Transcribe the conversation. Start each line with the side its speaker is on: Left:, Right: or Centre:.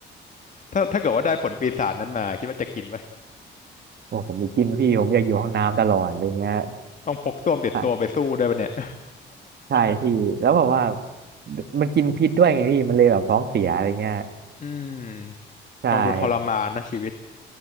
Left: ถ้าถ้าเกิดว่าได้ผลปีศาจนั้นมาคิดว่าจะกินไหม
Right: โอ้ผมไปกินพี่ผมอยากอยู่ห้องน้ำตลอดอะไรเงี้ย
Left: ต้องพกส้วมติดตัวไปสู้ด้วยปะเนี่ย
Right: ใช่ใช่พี่แล้วแบบว่ามันกินพิษด้วยไงพี่มันเลยแบบท้องเสียอะไรเงี้ย
Left: อืมฟังดูทรมานนะชีวิต
Right: ใช่